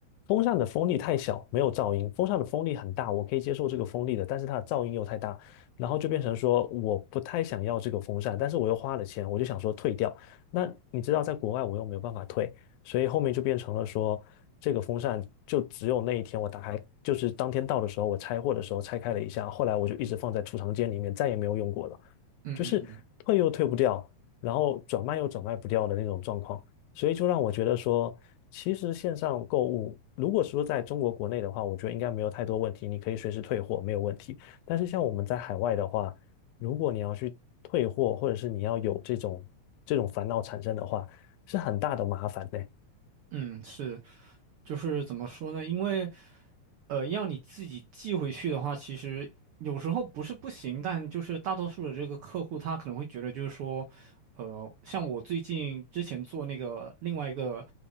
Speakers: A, on the left; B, on the right.
A: 风扇的风力太小，没有噪音；风扇的风力很大，我可以接受这个风力的，但是它的噪音又太大，然后就变成说我不太想要这个风扇，但是我又花了钱，我就想说退掉。那你知道，在国外我又没有办法退，所以后面就变成了说，这个风扇就只有那一天我打开，就是当天到的时候，我拆货的时候拆开了一下，后来我就一直放在储藏间里面，再也没有用过了。
B: 嗯嗯嗯。
A: 就是退又退不掉，然后转卖又转卖不掉的那种状况，所以就让我觉得说，其实线上购物，如果说在中国国内的话，我觉得应该没有太多问题，你可以随时退货，没有问题。但是像我们在海外的话，如果你要去退货，或者是你要有这种这种烦恼产生的话，是很大的麻烦的。
B: 嗯，是，就是怎么说呢？因为呃，要你自己寄回去的话，其实有时候不是不行，但就是大多数的这个客户他可能会觉得就是说，呃，像我最近之前做那个另外一个